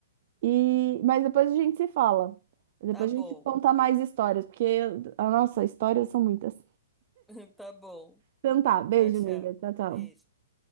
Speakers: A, on the right; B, in the centre.
A: e mas depois a gente se fala. Depois
B: tá bom.
A: a gente conta mais histórias, porque eu- a nossa, histórias são muitas.
B: <laughs> Tá bom.
A: Então tá, beijo,
B: Tchau, tchau.
A: amiga. Tchau, tchau.
B: Beijo.